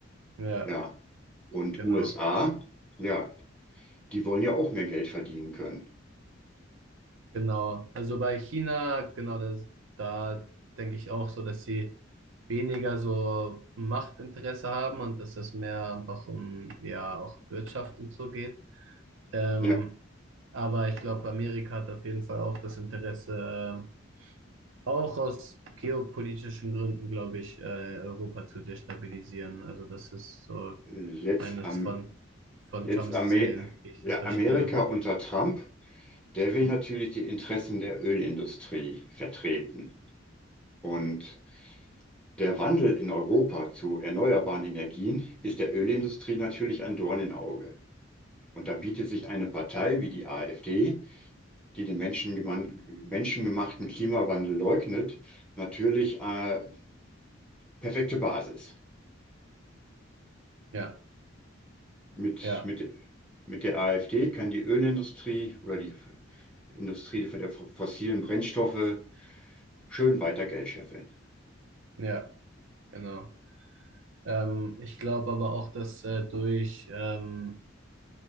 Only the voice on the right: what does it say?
ja,
genau,
genau. Also bei China, genau, das, da denke ich auch so, dass sie weniger so Machtinteresse haben und dass es mehr einfach um, ja, auch Wirtschaft und so geht. Ähm,
aber ich glaube, Amerika hat auf jeden Fall auch das Interesse, ähm, auch aus geopolitischen Gründen, glaube ich, äh, Europa zu destabilisieren. Also das ist so
eines
von, von
Trumps
Zielen, wie ich
das verstehe.
Hm.
Ja,
ja.
Ja, genau. Ähm, ich glaube aber auch, dass äh, durch ähm,